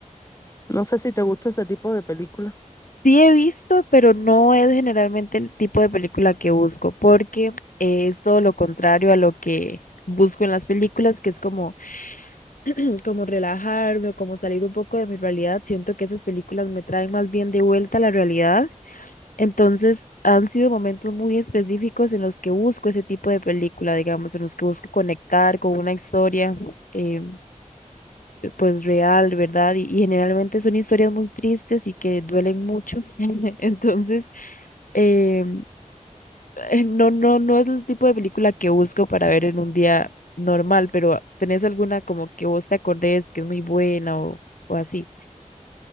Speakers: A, on the left; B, on the left.
A: No sé si te gusta ese tipo de películas.
B: Sí he visto, pero no es generalmente el tipo de película que busco, porque es todo lo contrario a lo que busco en las películas, que es como, <clears throat> como relajarme o como salir un poco de mi realidad. Siento que esas películas me traen más bien de vuelta a la realidad Entonces, han sido momentos muy específicos en los que busco ese tipo de película, digamos, en los que busco conectar con una historia, eh, pues real, ¿verdad? Y, y generalmente son historias muy tristes y que duelen mucho. <laughs> Entonces, eh, eh, no, no, no es el tipo de película que busco para ver en un día normal, pero ¿tenés alguna como que vos te acordés que es muy buena o, o así?